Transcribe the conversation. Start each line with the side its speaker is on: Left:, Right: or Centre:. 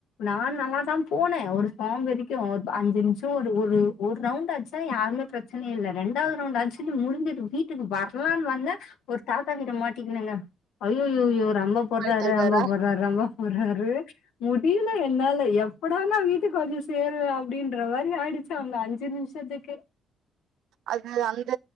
Left: நா நல்லா தா போனே ஒரு சாங் வரைக்கும் அஞ்சு நிமிஸம் ஒரு ஒரு ரவுண்ட் ஆச்சா யாருமேச்ச பிரச்சனையே இல்ல ரெண்டாவது ரவுண்ட ஆச்சு கிங் முடிஞ்சுட்டு வீட்டுக்கு வரலான்னு வந்த ஒரு தாத்தா கிட்ட மாட்டிக்கனுங்க அய்யய்யோ ரம்பம் போட்றாரு
Right: பண்ணி தருவாரா
Left: ரம்ப போட்றாரு ரம்ப போட்றாரு முடியல என்னால எப்படா‌ நா வீட்டுக்கு வந்து சேருவே அப்படின்ற மாறி ஆயிடுச்சு அந்த அஞ்சு‌ நிமிஷ த்துக்கே
Right: அது அந்த